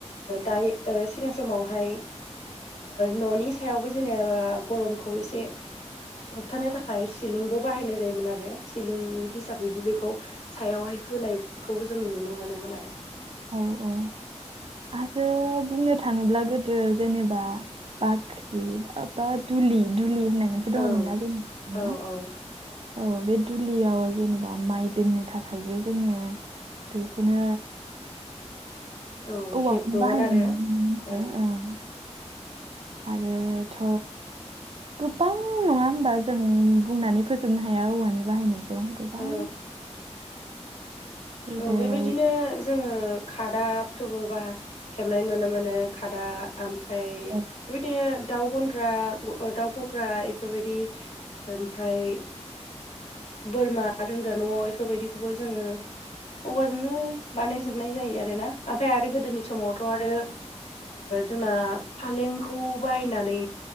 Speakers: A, on the left; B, on the right.
A: दायो सिगां समावहाय न'नि सायावबो जेनेबा गरमखौ एसे होबथानो थाखाय सिलिंबो बाहायनाय जायोमोन आरो सिलिं हिसाबैबो बेखौ सायावहाय होनायखौबो जों नुनो मोनोमोन आरो
B: औ औ आरो बुंनो थाङोब्ला गोदो जेनेबा बाख्रि बा दुलि दुलि होननाय मोनसे दङमोन
A: औ
B: ना जोंनिया
A: औ औ
B: औ बे दुलियाव जेनेबा माइ दोननो थाखायबो जोङो बेखौनो
A: औ
B: औवाखौनो
A: हेबोमोन
B: बाहायनाय
A: आरो
B: नुनो मोनो
A: औ
B: मोन आरो आरोथ' गोबां नङा होमबा जों बुंनानै फोजोबनो हाया औवानि बाहायनायखौ गोबां
A: औ
B: जेरै
A: औ बेबायदिनो जोङो खादाफोरबो बा हेबनाय नुनो मोनो खादा ओमफ्राय बेबायदिनो
B: औ
A: दाउ गन्द्रा दाउ गग्रा इफोरबायदि ओमफ्राय बोरमा दोनग्रा न' इफोरबायदि खौबो जोङो औवाजोंनो बानायजोबनाय जायो आरो ना ओमफाय आरो गोदोनि समावथ' आरो जोंना फालेंखौ बायनानै